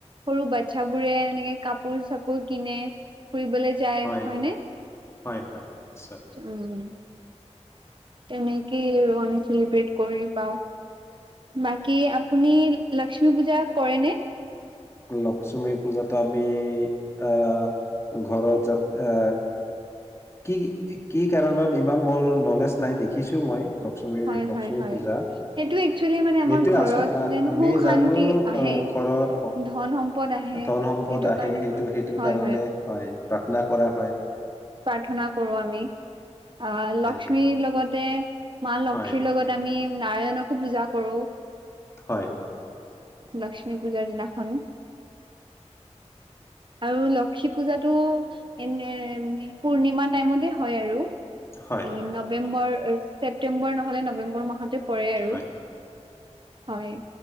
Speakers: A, on the right; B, on the left.
A: সৰু বাচ্ছাবোৰে এনেকে কাপোৰ- চাপোৰ কিনে ফুৰিবলৈ যায়,
B: হয়
A: হয়নে?
B: হয় হয় নিশ্চয়
A: উম তেনেকেই আমি চেলিব্ৰেট কৰি পাও ব কি আপুনি লক্ষ্মী পূজাত কৰেনে?
B: লক্ষ্মী পূজাত আমি, অহ ঘৰত য এ কি, কি কাৰণত ইমান মোৰ নলেজ নাই দেখিছো মই লক্ষ্মী,
A: হয়
B: লক্ষ্মী
A: হয় হয়।
B: পূজা
A: সেইটো একচুৱেলি মানে আমাৰ
B: এইটোয়
A: ঘৰত
B: আচ
A: যেন
B: আমি
A: সুখ
B: জানো
A: শান্তি আহে।
B: আহ ঘৰত
A: ধন সম্পদ আহে
B: ধন সম্পদ
A: সেইটো
B: আহে
A: কাৰণে
B: সেইটো
A: কৰো
B: সেইটোৰ
A: হয়
B: কাৰণে হয় প্ৰাৰ্থনা কৰা হয়
A: প্ৰাৰ্থনা কৰো আমি। অ
B: সেইটোৱে
A: লক্ষ্মীৰ লগতে মা লক্ষ্মীৰ
B: হয়
A: লগত আমি নাৰায়ণকো পূজা কৰো।
B: হয়
A: লক্ষ্মী পূজাৰ দিনাখন, আৰু লক্ষী পূজাতটো এনে পূৰ্ণিমা টাইমতে হয় আৰু
B: হয়
A: এই নৱেম্বৰ <unintelligible> ছেপ্তেম্বৰ নহলে নবেম্বৰ মাহত পৰে আৰু।
B: হয়
A: হয়।